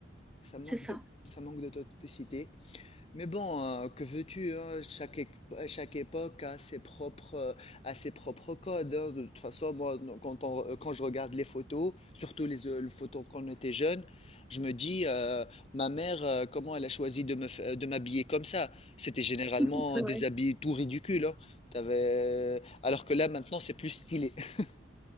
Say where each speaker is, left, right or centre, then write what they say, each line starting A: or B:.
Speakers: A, on the left; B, in the centre.
A: Ça manque
B: c'est ça.
A: de- ça manque d'authenticité. Mais bon, euh, que veux-tu, hein, chaque, ép- chaque époque a ses propres, euh, a ses propres codes. hein. De toute façon, moi, quand, on- euh, quand je regarde les photos, surtout les, euh, les photos quand on était jeune, je me dis, euh, ma mère, euh, comment elle a choisi de me, fa- de m'habiller comme ça? C'était généralement
B: Ouais.
A: des habits tout ridicules. hein. T'avais- Alors que là, maintenant, c'est plus stylé. <laughs>